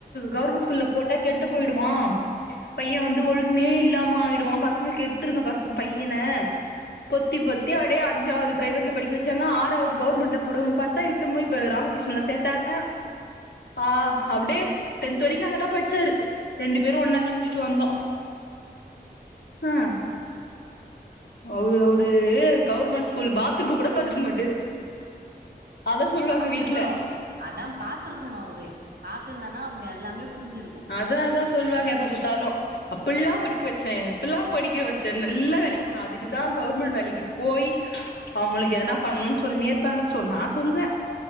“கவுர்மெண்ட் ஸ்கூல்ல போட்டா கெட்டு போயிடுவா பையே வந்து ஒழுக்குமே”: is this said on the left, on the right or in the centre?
Left